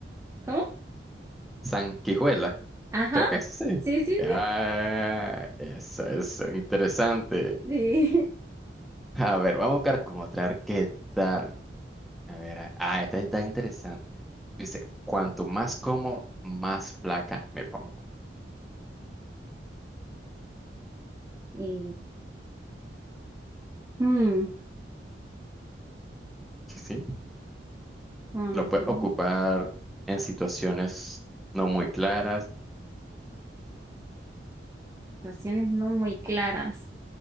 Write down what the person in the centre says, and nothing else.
Sanguijuela.
Creo que sí.
Ah, eso es interesante.
A ver, vamos a buscar como otra. A ver qué tal. A ver, a- ah, esta está interesante. Dice, cuanto más como, más flaca me pongo.
sí Sí,
Lo puedes ocupar en situaciones no muy claras.